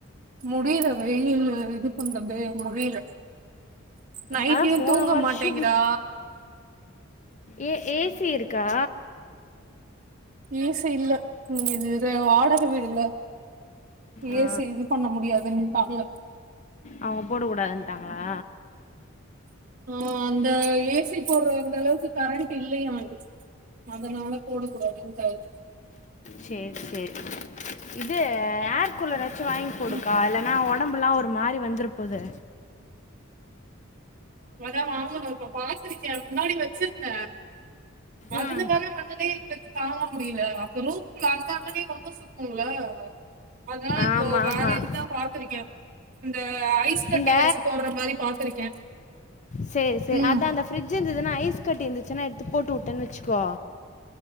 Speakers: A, on the right; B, on the left.
A: முடில வெயில் இது பண்றதே முடில நைட்லையு
B: ஆனால் போன
A: தூங்க
B: வருஷம்
A: மாட்டேங்கிறா
B: ஏ ஏசி இருக்கா
A: ஏசி இல்ல ம் இது வாடக வீடுல
B: ஆ,
A: ஏசி இது பண்ண முடியாதுன்ட்டாங்க
B: அவுங்க போடக் கூடாதுட்டாங்களா
A: ஆ அந்த ஏசி போட்ற அந்த அளவுக்கு கரண்ட் இல்லையா இதுக்கு அதனால போடக் கூடாதுன்டாரு
B: சேர் சேர் இது ஏர் கூலராச்சு வாங்கி போடுக்கா
A: ம்
B: இல்லன்னா உடம்பெல்லா ஒரு மாரி வந்துரப்போது
A: அதா வாங்கணு இப்ப பாத்துருக்க முன்னாடி வச்சிருந்த அதுல
B: ம்
A: வர அனலே எங்களுக்கு தாங்க முடில அப்ப ரூம்ல அந்த அனலையு ரொம்ப சுத் துள அதனால இப்போ
B: ஆமாம் ஆமாம்
A: வேற இதுதா பாத்திருக்கே இந்த ஐஸ் கட்டி
B: இந்த
A: வச்சு போட்ற மாரி பாத்திருக்கே
B: சேரி சேரி
A: ம்
B: அத அந்த ஃப்ரிட்ஜ் இருந்துதுன்னா ஐஸ் கட்டி இருந்துச்சுன்னா எடுத்து போட்டு வுட்டன் வச்சுக்கோ